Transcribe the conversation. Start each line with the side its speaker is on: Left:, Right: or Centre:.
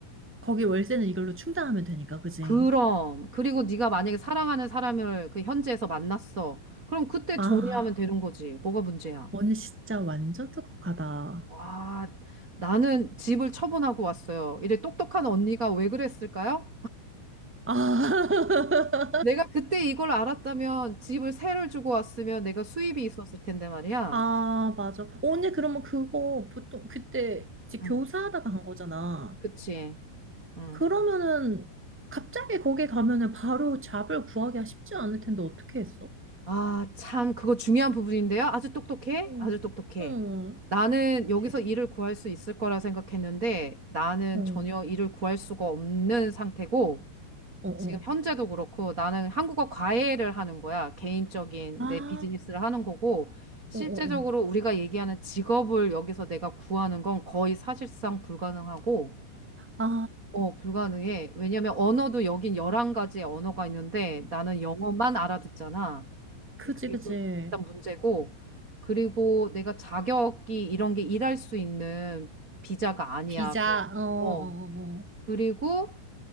Centre: 거기 월세는 이걸로 충당하면 되니까, 그지?
Right: 그럼. 그리고 네가 만약에 사랑하는 사람을 그 현지에서 만났어. 그럼 그때
Centre: 아,
Right: 정리하면 되는 거지. 뭐가 문제야?
Centre: 언니 진짜 완전 똑똑하다.
Right: 와, 나는 집을 처분하고 왔어요. 이래 똑똑한 언니가 왜 그랬을까요?
Centre: 아, <laughs>
Right: 내가 그때 이걸 알았다면 집을 세를 주고 왔으면 내가 수입이 있었을 텐데 말이야.
Centre: 아, 맞아. 언니 그러면 그거 보통 그때 이제
Right: 응.
Centre: 교사하다가 간 거잖아.
Right: 그치? 응.
Centre: 그러면은 갑자기 거기 가면은 바로 잡을 구하기가 쉽지 않을 텐데 어떻게 했어?
Right: 아, 참, 그거 중요한 부분인데요. 아주 똑똑해?
Centre: 어,
Right: 아주 똑똑해.
Centre: 어,
Right: 나는 여기서
Centre: 제-
Right: 일을 구할 수 있을 거라 생각했는데 나는
Centre: 어,
Right: 전혀 일을 구할 수가 없는 상태고
Centre: 어, 어.
Right: 지금 현재도 그렇고 나는 한국어 과외를 하는 거야. 개인적인
Centre: 아,
Right: 내 비즈니스를 하는 거고 실제적으로
Centre: 어, 어, 어.
Right: 우리가 얘기하는 직업을 여기서 내가 구하는 건 거의 사실상 불가능하고
Centre: 아,
Right: 어, 불가능해. 왜냐면 언어도 여긴 11가지의 언어가 있는데 나는 영어만 알아듣잖아.
Centre: 그지,
Right: 그게
Centre: 그지.
Right: 또 일단 문제고. 그리고 내가 자격이 이런 게 일할 수 있는 비자가 아니야.
Centre: 비자,
Right: 그냥.
Centre: 어, 어,
Right: 어.
Centre: 어. 어.
Right: 그리고